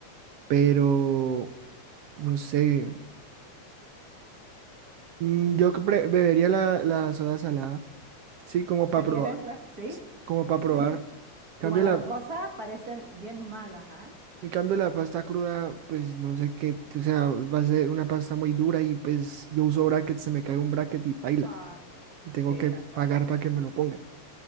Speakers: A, on the right; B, on the right.
A: pero no sé. Mm, Yo que pre- bebería la, la soda salada, sí, como para
B: ¿Prefieres
A: probar,
B: la... Sí?
A: sí, como para probar.
B: <laughs>
A: Cambio
B: Igual las
A: la,
B: dos cosas parecen bien malas, ¿ah?
A: en cambio la pasta cruda, pues no sé qué, o sea, va a ser una pasta muy dura y pues yo uso bracket, se me cae un bracket y paila,
B: Ah, sí.
A: y tengo
B: Sí,
A: que
B: tal cual.
A: pagar para que me lo pongan.